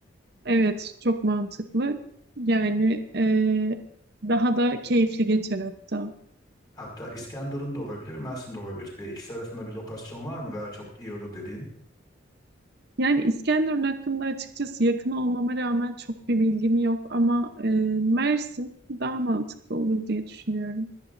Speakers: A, on the right; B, on the left.
A: Evet, çok mantıklı. Yani e, daha da keyifli geçer hatta.
B: Hatta İskenderun da olabilir, Mersin de olabilir. E, ikisi arasında bir lokasyon var mı daha çok iyi olur dediğin?
A: Yani İskenderun hakkında açıkçası yakın olmama rağmen çok bir bilgim yok ama e, Mersin daha mantıklı olur diye düşünüyorum.